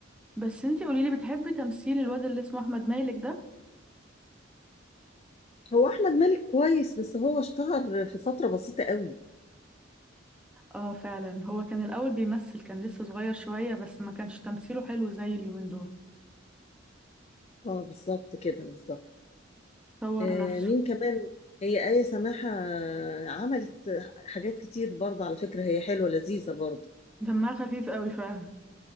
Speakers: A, in the centre; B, on the left.
A: بس انتي قوليلي بتحبي تمثيل الواد اللي اسمه احمد مالك ده
B: هو احمد مالك كويس بس هو اشتهر في فتره بسيطه قوي
A: اه فعلا هو كان الاول بيمثل كان لسه صغير شوية بس ما كانش تمثيله حلو زي اليومين دول
B: اه بالظبط كده بالظبط
A: طور
B: آه،
A: نفسه
B: مين كمان هي آية سماحة عملت حاجات كتير برضه على فكرة هي حلوة لذيذة برضه
A: دمها خفيف قوي فعلا